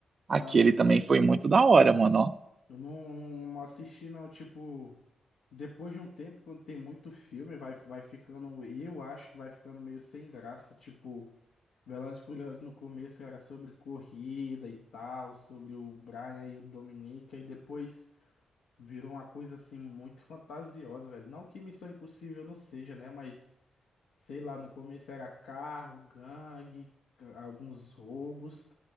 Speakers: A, on the right (about 50°); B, on the left (about 85°).
A: Aquele
B: Ah, sei,
A: também
B: sei.
A: foi muito da hora, mano, ó.
B: Eu não, não assisti, não, tipo... Depois de um tempo, quando tem muito filme, vai, vai ficando... Eu acho que vai ficando meio sem graça, tipo... Velozes e Furiosos no começo era sobre corrida e tal, sobre o Brian e o Dominica, e depois virou uma coisa assim muito fantasiosa, velho. Não que Missão Impossível não seja, né? Mas sei lá, no começo era carro, gangue, ca- alguns roubos.